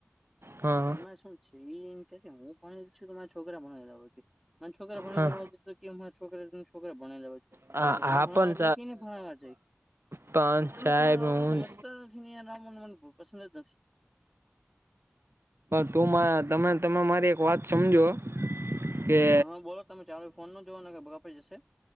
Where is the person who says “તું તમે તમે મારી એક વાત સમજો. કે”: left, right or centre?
Right